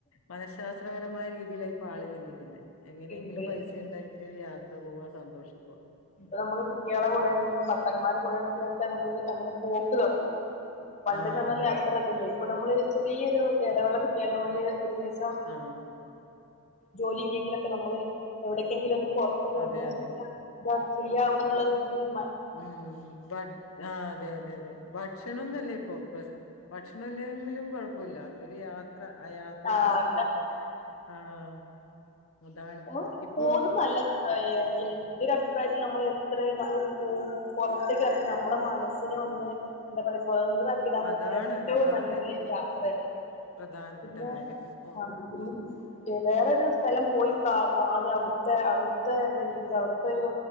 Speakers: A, on the left; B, on the left.
A: മനഃശാസ്ത്രപരമായ രീതിയിലായി ആൾ ചിന്തിക്കുന്നത് എങ്ങനെങ്കിലും
B: ഇത്
A: പൈസ ഉണ്ടാക്കി യാത്ര പോവാ സന്തോഷിക്കുക
B: ഇപ്പ നമ്മൾ കുട്ടികളെ കൂടെ ആണെങ്കിലും ഭർത്തക്കന്മാരെ കൂടെ ആണെങ്കിലും ഒക്കെ നമ്മൾ അങ്ങനെ പോക്ക് തുടങ്ങി പണ്ട്
A: ആഹ്
B: ന്ന് പറഞാൽ
A: അതെ
B: അത്ര
A: അതെ
B: ഇതില്ലേയിരുന്നു ഇപ്പൊ നമ്മള് ചെറിയൊരു ഇടവേള കിട്ടിയാല മൊതല് ഒരു ദിവസം
A: ആഹ്
B: ജോലി ഇല്ലെങ്കിലൊക്കെ നമ്മൾ എവിടക്കെങ്കിലും ഒന്ന് പുറത്തേക്ക്
A: അതെ
B: ഒന്ന്
A: അതെ
B: ഇതാ ഫ്രീയവാ എന്നുള്ളര്തില്
A: ഉം ആഹ് അതെ അതെ അതെ ഭക്ഷണംന്നല്ലേ ഇപ്പൊ ഭക്ഷണം ഇല്ലെങ്കിലും കുഴപ്പമില്ല ഒരു യാ യാത്ര ആ യാത്രന്റെ
B: ആഹ്
A: സുഖം ആഹ് അതാണ്
B: ഓഹ് <unintelligible>
A: ഇപ്പോ
B: എൻ്റെ അഭിപ്രായത്തിൽ നമ്മൾ എത്രയും നമ്മൾ പുറത്ത് കിറങ്ങി നമ്മളെ മനസ്സിനെ ഒന്ന് എന്താ പറയാ സ്വതന്ത്രക്കി ഇടാൻ
A: അതാണ്
B: പറ്റിയ ഏറ്റവും
A: അതാണ്
B: നല്ലൊരു
A: ഇതിന്റെ
B: യാത്രയാണ്
A: പ്രധാനപ്പെട്ട
B: പിന്നെ
A: കാര്യം ഇപ്പോ
B: ആ വേറൊരു സ്ഥലം പോയി കാ കാണി അവിടുത്തെ അവിടുത്തെ എന്താ രീതിൽ അവിടുത്തെരു